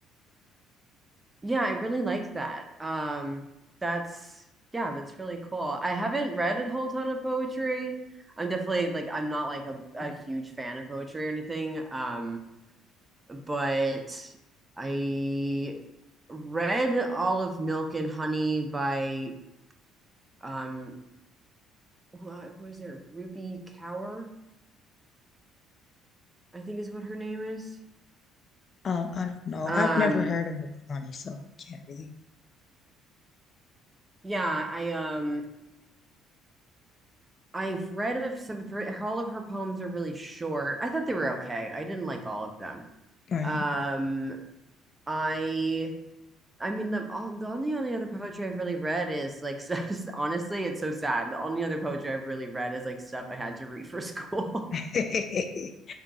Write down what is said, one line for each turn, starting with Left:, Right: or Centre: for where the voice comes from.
Right: Yeah, I really like that. Um that's yeah, that's really cool. I haven't read a whole ton of poetry. I'm definitely like I'm not like a, a huge fan of poetry or anything. Um but I read all of Milk and Honey by um wha- what is it Ruby Kaur I think is what her name is
Left: Um, I don't know.
Right: um
Left: I've never heard of Mapani, so I can't really.
Right: yeah I um I've read of some of her all of her poems are really short I thought they were okay I didn't like all of them
Left: Right.
Right: um I I mean the all the only, only other poetry I've really read is like <laughs> stuff honestly it's so sad the only other poetry I've really read is like stuff I had to read for school
Left: <laughs>
Right: <laughs>